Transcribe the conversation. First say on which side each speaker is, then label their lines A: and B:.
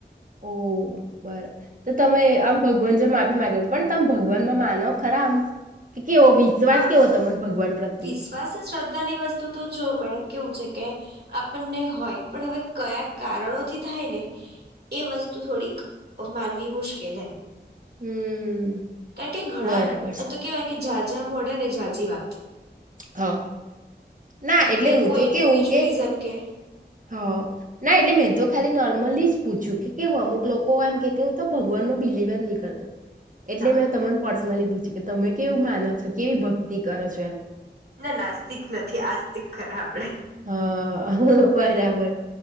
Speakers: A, on the right; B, on the right.
A: ઓ બરા તો તમે આમ ભગવાન જો માફી માગો પણ તમે ભગવાનમાં માનો ખરા આમ? કેવો વિશ્વાસ
B: હા
A: કેવો તમને ભગવાન પ્રત્યે
B: વિશ્વાસ શ્રદ્ધાની વ તુ તો જો મેડમ કેવું છે કે આપણને હોય પણ હવે કયા કારણોથી થાય ને એ વસ્તુ થોડીક માનવી મુશ્કેલ એમ.
A: હમ
B: <inaudible> ઘણા
A: બરાબર
B: અથવા
A: છે
B: તો કેવાય કે જા ત્યાં મળે ને જાજી વાત
A: હા ના
B: એટલે
A: હું
B: કોઈ
A: તો કેવું
B: બીજું
A: કે
B: રીઝન કે?
A: હા ના એટલે મેં તો ખાલી નોર્મલી જ પૂછ્યું કે કેવું અમુક લોકો એમ કે કેું તો ભગવાનમાં બિલીિવ જ ની કરતો. એટલે
B: ના
A: મેં તમને પર્સનલી પૂછ કે તમે કેવું માનો છો કેવી ભક્તિ કરો છો એમ?
B: ના નાસ્તિક નથી આસ્તિક ખરાબ.
A: હ બરાબર